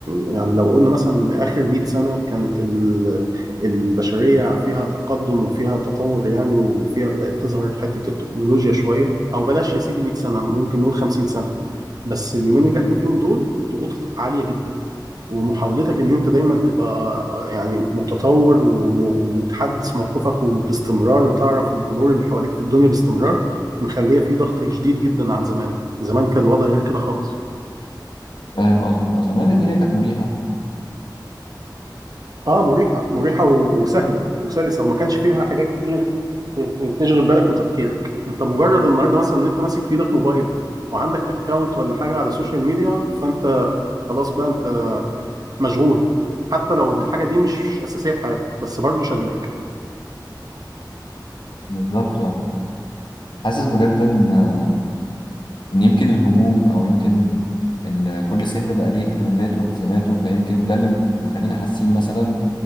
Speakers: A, on the right; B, on the left.
A: يعني لو قلنا مثلا اخر 100 سنة كانت ال- البشرية فيها تقدم وفيها تطور يعني وفيها بدأت تظهر حتة التكنولوجيا شوية او بلاش يا سيدي 100 سنة ممكن نقول 50 سنة بس اليومين اللي احنا فيهم دول الضغوط عالية جدا ومحاولتك ان انت دايما تبقى يعني متطور وم- ومتحدث موقفك وباستمرار وتعرف الامور اللي حواليك في الدنيا باستمرار مخلية في ضغط شديد جدا عن زمان زمان كان الوضع غير كده خالص
B: فاهم قصدك اصلا يعني الدنيا كانت مريحة
A: اه مريحة مريحة و- وسهلة وسلسة وما كانش فيها حاجات كتير ت- ت- تشغل بالك وتفكيرك انت مجرد النهارده مثلا ان انت ماسك في ايدك موبايل وعندك اكونت ولا حاجة على السوشيال ميديا فانت خلاص بقى انت مشغول حتى لو الحاجه دي مش اساسيه في حياتك بس برضه شغلاك
B: بالظبط اه حاسس بجد ان آه، ان يمكن الهموم او يمكن ان كل سن بقى ليه اهتماماته والتزاماته فيمكن ده اللي مخلينا حاسين مثلا